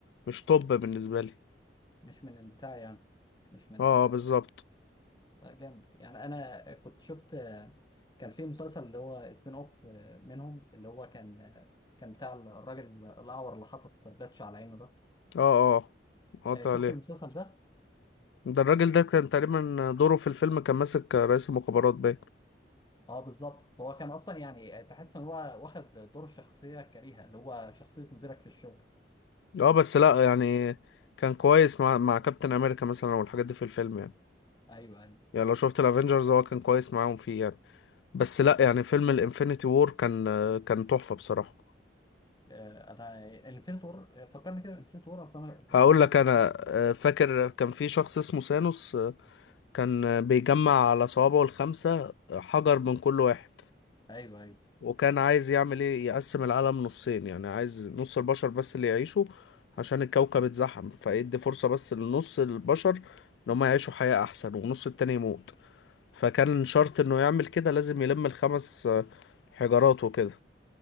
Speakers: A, on the left; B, on the left.
A: مش طب بالنسبه لي
B: مش من البتاع يعني مش من
A: اه
B: ال
A: آه، بالظبط
B: لا جامد يعني انا كنت شفت كان في مسلسل اللي هو سبين اوف منهم اللي هو كان آه، كان بتاع الراجل الاعور اللي حاطط باتش على عينه ده
A: اه اه قطع
B: آه، شفت
A: عليه
B: المسلسل ده
A: ده الراجل ده كان تقريبا دوره في الفيلم كان ماسك رئيس المخابرات باين
B: اه بالظبط هو كان اصلا يعني تحس ان هو واخد دور الشخصيه الكريهه اللي هو شخصيه مديرك في الشغل
A: اه بس لا يعني كان كويس مع مع كابتن امريكا مثلا والحاجات دي في الفيلم يعني
B: ايوه ايوه
A: يعني لو شفت الافينجرز هو كان كويس معاهم فيه يعني بس لا يعني فيلم الانفينيتي وور كان كان تحفة بصراحة
B: آه، انا انفينيتي وور فكرني كده انفينيتي وور اصل انا
A: هقول
B: تقريبا
A: لك
B: شفت-
A: انا آه، فاكر كان في شخص اسمه سانوس آه، كان بيجمع على صوابعه الخمسة آه، حجر من كل واحد
B: ايوه ايوه
A: وكان عايز يعمل ايه يقسم العالم نصين يعني عايز نص البشر بس اللي يعيشوا عشان الكوكب اتزحم فيدي فرصة بس لنص البشر ان هم يعيشوا حياة احسن والنص التاني يموت فكان شرط انه يعمل كده لازم يلم الخمس آه، حجارات وكده